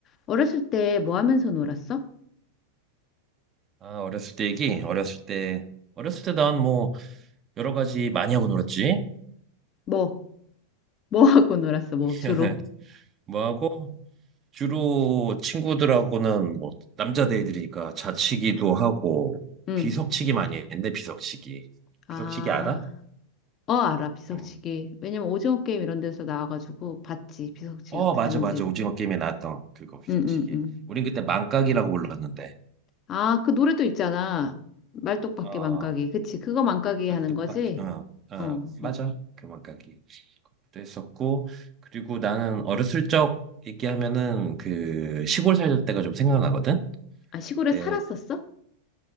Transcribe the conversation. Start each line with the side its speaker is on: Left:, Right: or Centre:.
Left: 어렸을 때 뭐 하면서 놀았어?
Right: 아, 어렸을 때 얘기? 어렸을 때, 어렸을 때 난 뭐 여러 가지 많이 하고 놀았지.
Left: 뭐, 뭐 하고 놀았어? 뭐,
Right: <laughs>
Left: 주로?
Right: 뭐 하고, 주로 친구들하고는 뭐 남자들이니까 자치기도 하고,
Left: 응.
Right: 비석치기 많이 했는데, 비석치기.
Left: 아,
Right: 비석치기 알아?
Left: 어, 알아. 비석치기.
Right: 응.
Left: 왜냐면 오징어 게임 이런 데서 나와가지고 봤지. 비석치기
Right: 어,
Left: 어떻게
Right: 맞아,
Left: 하는지.
Right: 맞아. 오징어 게임에 나왔던 그거, 비석치기.
Left: 응, 응, 응.
Right: 우린 그때 망각이라고 불렀는데.
Left: 아, 그 노래도 있잖아. 말뚝박기
Right: 아.
Left: 망가기. 그치. 그거 망가기
Right: 말뚝박기
Left: 하는 거지?
Right: 어, 어,
Left: 어.
Right: 맞아
Left: 어.
Right: 교만가기 그것도 했었고 그리고 나는 어렸을 적 얘기하면은 그 시골 살던 때가 좀 생각나거든
Left: 아, 시골에
Right: 그때
Left: 살았었어?